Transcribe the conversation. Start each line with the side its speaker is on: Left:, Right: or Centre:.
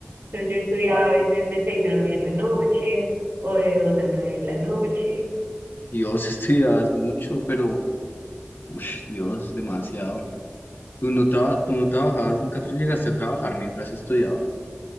Right: Entonces yo estudiaba
Left: Wow,
Right: a veces de seis a nueve de la noche o de dos a nueve de la noche.
Left: Dios, <laughs> estudiabas mucho, pero, uff, Dios, demasiado. ¿Tú no, traba- tú no trabajabas, nunca tra- llegaste a trabajar mientras estudiabas?